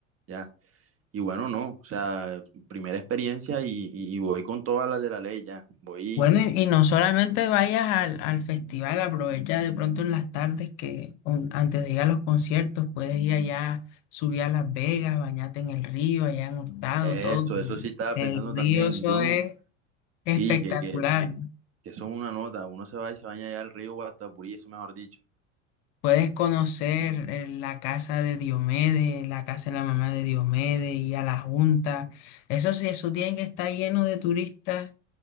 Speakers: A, on the right; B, on the left.
A: ¿ya? Y bueno, no, o sea, primera experiencia y, y- y voy con todas las de la ley, ya, voy,
B: Bueno, y, y no solamente vayas al, al festival, aprovecha de pronto en las tardes que un- antes de ir a los conciertos puedes ir allá, subir a Las Vegas, bañarte en el río, allá en Hurtado,
A: esto,
B: todo.
A: eso sí estaba
B: El
A: pensando
B: río,
A: también,
B: eso
A: yo no,
B: es
A: sí,
B: espectacular.
A: que, que, que eso es una nota, uno se va y se baña allá al río Guatapurí, eso mejor dicho,
B: Puedes conocer eh, la casa de Diomedes, la casa de la mamá de Diomedes y a la Junta. Eso sí, eso tiene que estar lleno de turistas.